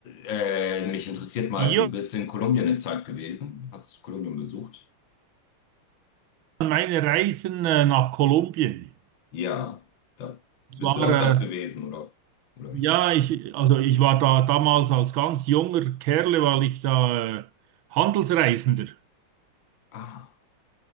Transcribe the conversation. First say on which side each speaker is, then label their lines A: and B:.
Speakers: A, on the left; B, on the right.
A: Äh, mich interessiert mal,
B: Ja,
A: du bist in Kolumbien eine Zeit gewesen, hast Kolumbien besucht?
B: meine Reisen äh, nach Kolumbien.
A: Ja, da
B: Es
A: bist
B: war,
A: du öfters
B: äh,
A: gewesen, oder? Oder
B: ja,
A: wie?
B: ich, also ich war da damals als ganz junger Kerle, weil ich da äh, Handelsreisender.
A: Ah,